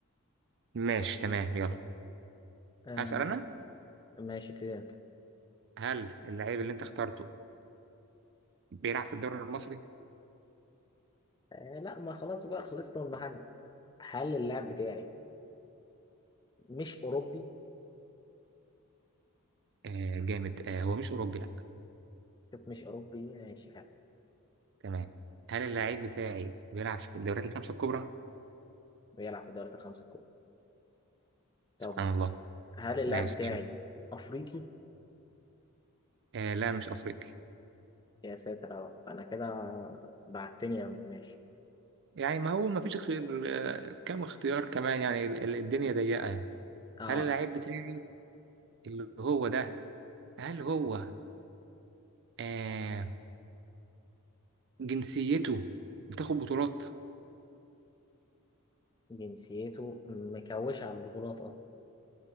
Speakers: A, on the right; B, on the left.
A: ماشي تمام يلا
B: آه
A: هسأل أنا
B: ماشي ابتدي انت
A: هل اللعيب اللي أنت اخترته بيلعب في الدوري المصري؟
B: آه لا ما خلاص بقى خلصت من المحل حل اللاعب بتاعي مش اوروبي
A: آه جامد آه هو مش أوروبي لأ
B: شوف مش اوروبي ماشي حلو
A: تمام هل اللاعب بتاعي بيلعب في الدوريات الخمسة الكبرى؟
B: بيلعب في الدوريات الخمسة الكبرى
A: سبحان
B: طب
A: الله
B: هل اللاعب
A: ماشي
B: بتاعي افريقي
A: آه لا مش أفريقي
B: يا ساتر يا رب انا كده بعتني اوي ماشي
A: يعني ما هو ما فيش غير آه كم اختيار كمان يعني ال- ال- الدنيا ضيقة يعني.
B: اه
A: هل اللاعب بتاعي اللي هو ده هل هو آه جنسيته بتاخد بطولات؟
B: جنسيته مكوشة على البطولات اه